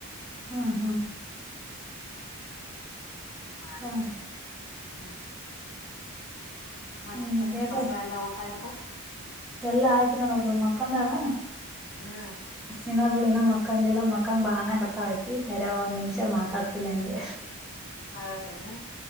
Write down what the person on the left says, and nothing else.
ಒಬ್ ಮಾತಾಡ್ತಿ
ಹ್ಮ್ ಮತ್ತೆ
ಮಕ್ಕಳೆಲ್ಲಾ ಊಟ ಆಯ್ತು
ಹ್ಮ್
ಹೌದೇನೆ